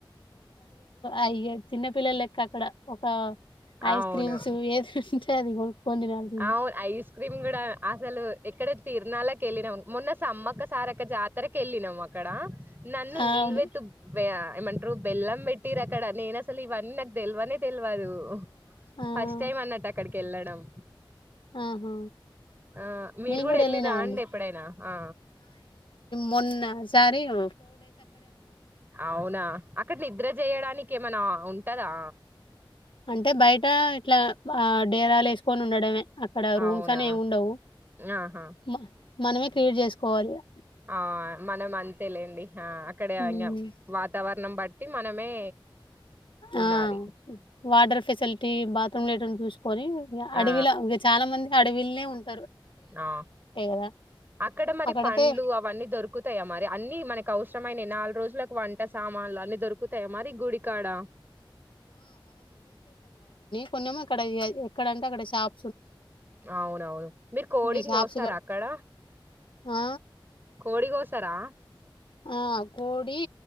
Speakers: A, on the left; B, on the right.
A: అయ్యే చిన్న పిల్లల్లెక్క అక్కడ ఒక ఐస్
B: అవును.
A: క్రీమ్స్ ఏది ఉంటే అది కొనుక్కొని తినాల్సింది
B: అవును. ఐస్ క్రీమ్ గూడా అసలు ఎక్కడ తిర్నాల్లకెళ్ళినం మొన్న సమ్మక సారక్క జాతరకెళ్ళినం అక్కడా నన్ను
A: అవును
B: నిల్వెతు వే ఏమంటరు బెల్లం పెట్టిన్రక్కడ నేన్ అసల్ ఇవన్నీ తెల్వనే తెల్వదు.
A: ఆ
B: ఫస్ట్ టైం అన్నట్టు అక్కడికెళ్ళడం
A: ఆహా
B: ఆ మీరు
A: మేము
B: గుడా
A: కూడా
B: ఎళ్ళి
A: వెళ్ళినామండి
B: రాండి ఎప్పుడైనా ఆ
A: మొన్న సారీవ్
B: అవునా అక్కడ నిద్ర చేయడా నికి ఏమన్నా ఉంటదా
A: అంటే బయట ఇట్లా ఆ డేరాల్ ఏస్కన్ ఉండడమే అక్కడ రూమ్స్
B: అవునా!
A: అని ఏం ఉండవు.
B: ఆహా!
A: మా మనమే క్రియేట్ చేస్కోవాలి ఇగ
B: ఆ మనం అంతే లేండి ఆ అక్కడ
A: ఉమ్,
B: ఇంకా వాతావరణం బట్టి మనమే ఉండాలి.
A: ఆ వాటర్ ఫెసిలిటీ బాత్రూమ్ లో కొని ఇం అడవిల
B: ఆ!
A: ఇంకా చాలా మంది అడవిల్నే ఉంటాయి
B: ఆ
A: కదా
B: అక్కడ మరి
A: అక్కడైతే
B: పండ్లు అవన్నీ దొరుకుతాయా మరి అన్ని మనకి అవసరమైన నాలుగు రోజులకు వంట సామాన్లు అన్ని దొరుకుతాయా మరి గుడికాడ
A: పం అక్కడ ఎక్కడంటే అక్కడ షాప్
B: అవునవును మీరు కోడింగ్
A: ఈ షాప్స్
B: కోస్తారా అక్కడ
A: ఆ
B: కోడిగోసరా
A: ఆ కోడి